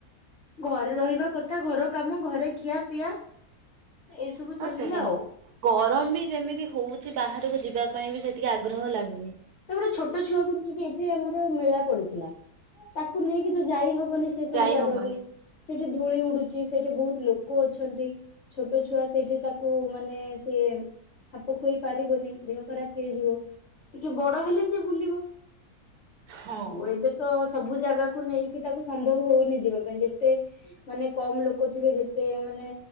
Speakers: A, on the left; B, on the right.
A: ଘରେ ରହିବା କଥା ଘର କାମ ଘରେ ଖିଆ ପିଆ ଏଇ ସବୁ
B: ଅ
A: ଚାଲିଲା
B: ସେଦିନ୍
A: ଆଉ
B: ଗରମ ବି ଯେମିତି ହଉଚି ବାହାରକୁ ଯିବା ପାଇଁ ବି ସେତିକି ଆଗ୍ରହ ଲାଗୁନି।
A: ତାପରେ ଛୋଟ ଛୁଆକୁ ନେଇକି ଏଠି ଆମର ମେଳା ପଡିଥିଲା ତାକୁ ନେଇକି ତ ଯାଇ ହବନି ସେଇ ସବୁ
B: ଯାଇ
A: ଜାଗାକୁ।
B: ହବନି
A: ସେଠି ଧୂଳି ଉଡୁଚି ସେଠି ବହୁତ୍ ଲୋକ ଅଛନ୍ତି ଛୋ ଛୋଟ ଛୁଆ ସେଇଠି ତାକୁ ମାନେ ସିଏ ଖାପ ଖୁଆଇ ପାରିବନି ଦେହ ଖରାପ ହେଇଯିବ। ଟିକେ ବଡ ହେଲେ ସିଏ ବୁଲିବ
B: ହୁଁ
A: ଏବେ ତ ସବୁ ଜାଗାକୁ ନେଇକି ତାକୁ ସମ୍ଭବ ହଉନି ଯିବା ପାଇଁ ଯେତେ ମାନେ କମ୍ ଲୋକ ଥିବେ ଯେତେ ମାନେ